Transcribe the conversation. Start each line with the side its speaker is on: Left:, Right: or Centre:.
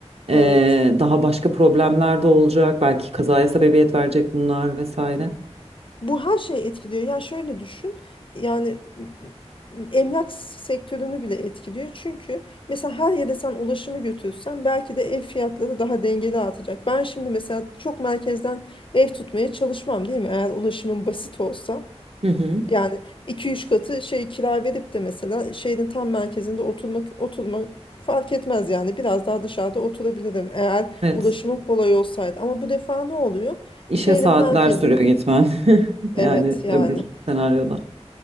Right: e,
Left: Evet.
Right: daha başka problemler de olacak. Belki kazaya sebebiyet verecek bunlar vesaire.
Left: Bu her şeyi etkiliyor. Yani şöyle düşün. Yani m- emlak sektörünü bile etkiliyor. Çünkü mesela her yere sen ulaşımı götürsen belki de ev fiyatları daha dengeli artacak. Ben şimdi mesela çok merkezden ev tutmaya çalışmam değil mi? Eğer ulaşımım basit olsa.
Right: Hı hı.
Left: Yani iki üç katı şey kira verip de mesela şehrin tam merkezinde oturmak oturmak fark etmez yani biraz daha dışarıda oturabilirim eğer
Right: Evet.
Left: ulaşımım kolay olsaydı ama bu defa ne oluyor?
Right: İşe
Left: Şehrin
Right: saatler
Left: merkezin
Right: sürüyor gitmen. <laughs>
Left: evet
Right: Yani
Left: yani
Right: öbür senaryoda.